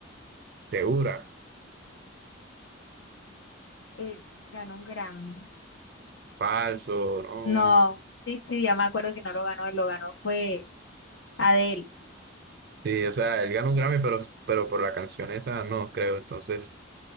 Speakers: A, on the right; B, on the left.
A: Segura.
B: Él ganó un Grammy.
A: Falso, no.
B: No, sí, sí, ya me acuerdo que no lo ganó, él lo ganó fue Adele.
A: Sí, o sea, él ganó un Grammy, pero, pero por la canción esa no, creo. Entonces,